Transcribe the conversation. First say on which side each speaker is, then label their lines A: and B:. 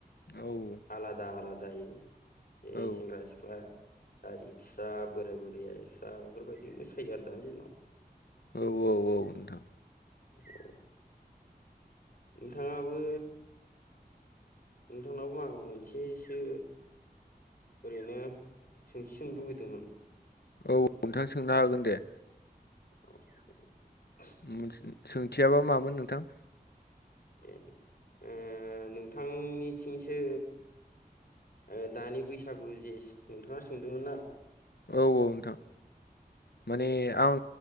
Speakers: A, on the left; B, on the left.
A: औ
B: आलादा आलादायै ए
A: औ
B: सेंग्रा सि ख्ला ओ एखस्रा बोराय बुरिया एखस्रा बेफोरबायदि मोसायो आरो दानि दिनाव।
A: औ औ औ नोंथां।
B: औ ओंथाङाबो नोंथांनावबो आं मोनसेसो ओरैनो सोंथि सोंनो लुबैदोंमोन।
A: औ <unintelligible> थां सोंनो हागोन दे।
B: <unintelligible>
A: मोनस सोंथियाबा मामोन नोंथां।
B: दे ओ नोंथांनि थिंसो ओ दानि बैसागु जे नोंथाङा सोंदोंमोन ना।
A: औ औ नोंथां माने आं